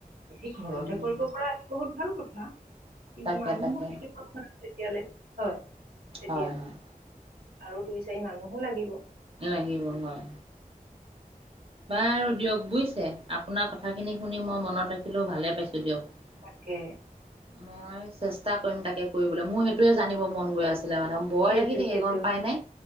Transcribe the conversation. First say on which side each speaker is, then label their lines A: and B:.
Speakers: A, on the right (about 85°); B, on the right (about 40°).
A: সেইটো ঘৰতে
B: উম,
A: কৰিব পৰা এক বহুত ভাল কথা। কিন্তু
B: তাকে
A: মানুহৰতিয়াল
B: তাকে
A: হয়। তেতিয়া
B: হয় হয়।
A: আৰু দুই চাৰি মানুহো লাগিব।
B: লাগিব হয়। বাৰু দিয়ক বুজিছে আপোনাৰ কথাখিনি শুনি মই মনত ৰাখিলোও ভালে পাইছো দিয়ক।
A: তাকে
B: মই চেষ্টা কৰিম তাকে কৰিবলৈ মোৰ সেইটোয়ে জানিব মন গৈ আছিলে মানে। বয়
A: সেইটো
B: লাগি থাকে
A: সেইটো
B: গম পায় নে